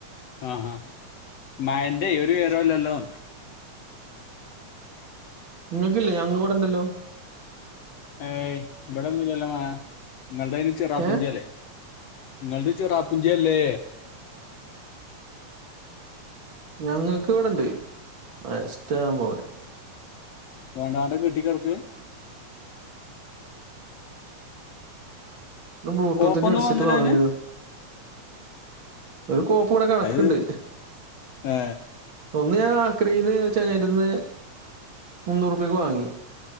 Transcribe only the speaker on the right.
നിങ്ങൾക്കില്ലേ ഞങ്ങൾ ക് ഇവിടെണ്ടല്ലോ
ഏ
ഞങ്ങൾക്ക് ഇവിടെണ്ട് മഴ ഇഷ്ട്ടം പോലെ
ഇപ്പം ബ്ലൂട്ടൂത്തിന്റെ
ഹെഡ്സെറ്റ്
വാങ്ങിയതാ
ഒരു കോപ്പ് ഇവിടെ കിടക്ക്ണ്ട്
ഒന്ന് ഞാൻ ആക്രയിൽചങ്ങായി ന്റട്ത്ന്ന് മുന്നൂറുപ്യക്ക് വാങ്ങി